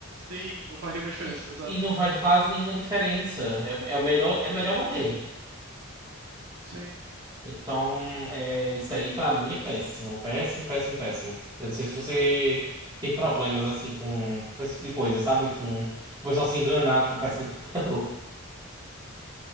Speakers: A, on the right; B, on the right.
A: Sim, não faz nenhuma diferença,
B: E,
A: exato.
B: e não faz quase nenhuma diferença. É, é o melhor, é melhor não ter.
A: Sim.
B: Então, é, isso aí pra mim é péssimo, péssimo, péssimo, péssimo. Eu não sei se você tem problemas assim com, com esse tipo de coisa, sabe? Com o pessoal se enganar com peça de computador. <laughs>